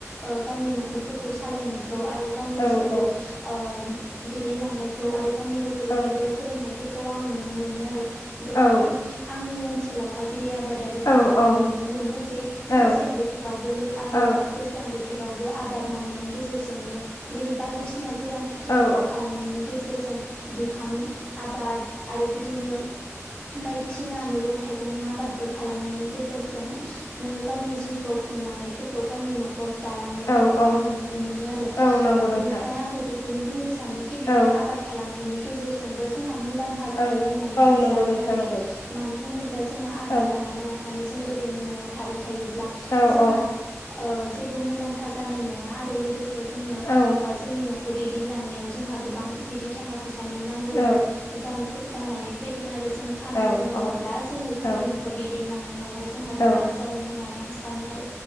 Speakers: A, on the left; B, on the left.
A: ओ गावनि न'खरफोरखौ सालायनायखौ आरो गावनि
B: औ
A: जिउखौ
B: औ
A: ओ <unintelligible> <unintelligible> दैदेनलांनायखौ आरो गावनि गथ' गथाइफोर
B: औ
A: फोरोंनायफोरखौ आङो नुनो मोनो आरो गोबां
B: औ
A: बिदि आंनि ओनसोलावहाय बिदि आबादारि
B: औ
A: खौ आङो
B: औ
A: नुनो मोनो जे मेसें
B: औ
A: बोथोरावबो लो आरो
B: औ
A: दैज्लां बोथोरावबो आबाद मावनाय <unintelligible> नि गेजेरजोंनो बिदि बायदिसिना गोरान खेथिफोरबो
B: औ
A: खालामनायनि गेजेरजों जुखाम आबाद आरो बिदिनो बायदिसिना मैगं -थाइगंनि आबादफोर खालामनायनि <unintelligible> गेजेरजोंनो गावनि जिउखौ खुंलांनायफोरखौ गावनि न'खर दालांनायफोरखौ
B: औ औ
A: आङो नुनो <unintelligible> मोनो
B: औ नंगौ
A: ओ बेनिखाय
B: नोंथां
A: आंबो बेख खौनो बुंनो सानोखि बेफोर
B: औ
A: आबाद खालामनायनि गेजेरजोंबो जोंह हा मुलाम्फा जायो
B: औ
A: होननानै
B: औ
A: आङो
B: नंगौ
A: सानो
B: नोंथां
A: आरोखि
B: नंगौ
A: मानो होनोब्ला जोङो आबाद
B: औ
A: खालामा ला फानो जों ओरैनो न'आव थाबाय थायोब्ला
B: औ
A: जोंहा
B: औ
A: ओ जेबो मुलाम्फा जानाय नङा आरो लोगोसे जोंनो
B: औ
A: ओ जोंनि न'ख ख'र दैदेलांनायाव जोंहा गोबां बिदि थाखा फैसानि नांगौबो
B: औ
A: जानोफो जानानै फै <unintelligible> गोन आरो जोङो खामानि
B: औ
A: मावाब्ला
B: औ
A: जोङो जोंनि
B: औ
A: न'खर दैदेनलांनायावहाय जोंहा
B: औ
A: गोब्राब जागोन होननानै आं सानो आरो